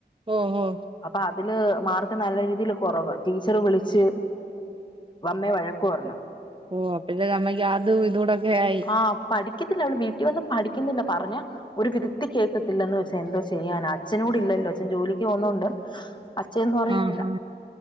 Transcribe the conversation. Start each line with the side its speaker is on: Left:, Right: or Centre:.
Right: ഹോ ഹോ
Left: അപ്പൊ അതില് മാർക്ക് നല്ല രീതിയില് കുറവ് ടീച്ചറ് വിളിച്ച് വന്നേ വഴക് പറഞ്ഞു
Right: ഓ അപ്പത്തേക്ക് അമ്മയ്ക്ക് അതും ഇതോടൊക്കെ ആയി
Left: ആഹ് പഠിക്കത്തില്ല അവള് വീട്ടിൽ വന്ന് പഠിക്കുന്നില്ല പറഞ്ഞ ഒരു വിധ്ത്തി കേക്കത്തില്ലന്ന് വെച്ചാ എന്തോ ചെയ്യാന അച്ഛനോട് ഇല്ലല്ലോ അച്ഛൻ ജോലിക്ക് പൊന്നോൊണ്ട് അച്ചന്നുംഅറിയുന്നില്ല
Right: ആഹാ